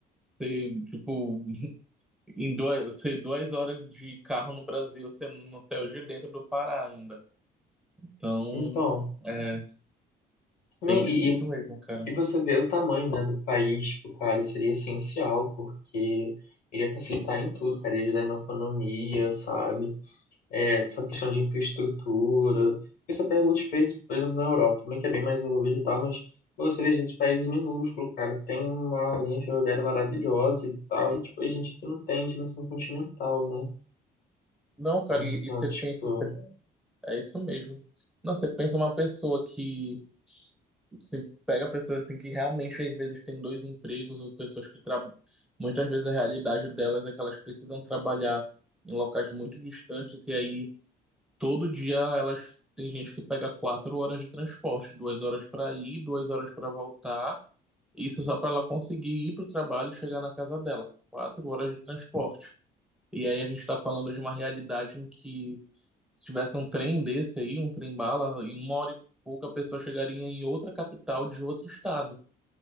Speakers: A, in the centre; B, on the left.
A: você, tipo, em duas, você duas horas de carro no Brasil, você não saiu de dentro do Pará ainda. Então,
B: Então,
A: é
B: não,
A: bem
B: e,
A: difícil
B: e
A: mesmo, cara.
B: e você vê o tamanho, né, do país, tipo, cara, seria essencial, porque iria facilitar em tudo, cara, ia ajudar na economia, sabe? é, essa questão de infraestrutura. Porque você pega outros países, por exemplo, na Europa, também que é bem mais envolvido e tal, mas quando você vê esses países minúsculos, cara, tem uma linha ferroviária maravilhosa e tal, e tipo, a gente que não tem dimensão continental, né?
A: Não, cara,
B: Então,
A: e, e você
B: tipo,
A: pensa, você- é isso mesmo. Não, você pensa uma pessoa que Você pega pessoas assim que realmente às vezes têm dois empregos, ou pessoas que tra... muitas vezes a realidade delas é que elas precisam trabalhar em locais muito distantes e aí todo dia elas tem gente que pega quatro horas de transporte, duas horas para ir, duas horas para voltar, isso só para ela conseguir ir para o trabalho e chegar na casa dela, quatro horas de transporte. E aí a gente está falando de uma realidade em que se tivesse um trem desse aí, um trem bala, em uma hora e pouca a pessoa chegaria em outra capital de outro estado.